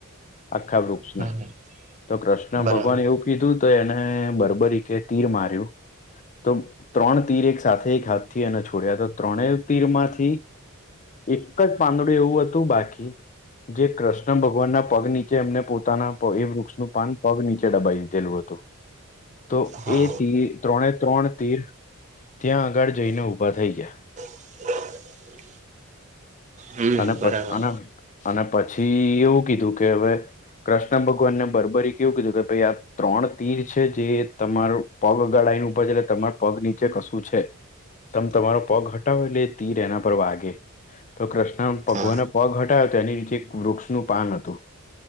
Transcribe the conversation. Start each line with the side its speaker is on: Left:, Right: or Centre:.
Left: આખા વૃક્ષના
Right: હમ હમ
Left: તો કૃષ્ણ
Right: બરાબર
Left: ભગવાન એવું કીધું તો એને બરબરી કે તીર માર્યું તો ત્રણ તીર એક સાથે એક હાથથી અને છોડ્યા હતા ત્રણેય તીરમાંથી એક જ પાંદડું એવું હતું બાકી જે કૃષ્ણ ભગવાનના પગ નીચે એમને પોતાના એ વૃક્ષનું પાન પગ નીચે દબાવી દીધેલું હતું. તો
Right: હા
Left: એ તી ત્રણે ત્રણ તીર ત્યાં આગળ જઈને ઊભા થઈ ગયા.
Right: <inaudible> હમ
Left: અને પછ
Right: બરાબર
Left: અને અને પછી એવું કીધું કે અવે કૃષ્ણ ભગવાને બરબરી કે એવું કીધું કે ભાઈ આ ત્રણ તીર જે તમારું પગ અગાડ <unintelligible> ઉભા છે, એટલે તમારે પગ નીચે કશું છે. તમે તમારો પગ હટાવો એટલે તીર એના પર વાગે. તો કૃષ્ણ ભગવાને
Right: હા
Left: પગ હટાવ્યો તો એની નીચે એક વૃક્ષનું પાન હતું.